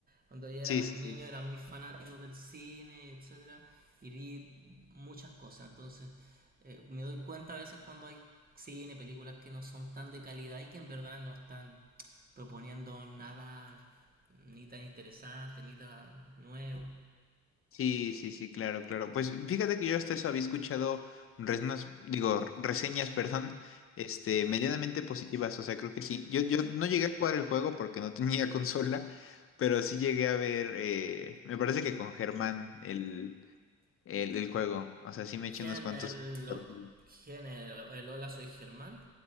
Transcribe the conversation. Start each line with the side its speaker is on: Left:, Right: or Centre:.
Right: cuando yo era
Left: Sí,
Right: más
Left: sí,
Right: niño
Left: sí.
Right: era muy fanático del cine, etcétera, y vi muchas cosas. Entonces, eh, me doy cuenta a veces cuando hay cine, películas que no son tan de calidad y que en verdad no están proponiendo nada ni tan interesante, ni tan nuevo.
Left: Sí, sí, sí, claro, claro. Pues fíjate que yo hasta eso había escuchado reseñas, digo, reseñas, <laughs> perdón, este, medianamente positivas, o sea, creo que sí. Yo, yo no llegué a jugar el juego porque no tenía <laughs> consola, pero sí llegué a ver, eh, me parece que con Germán el, el, el juego, o sea, sí me eché
Right: ¿Quién
Left: unos cuantos
Right: es el,
Left: capítulos.
Right: quién el, el Hola Soy Germán?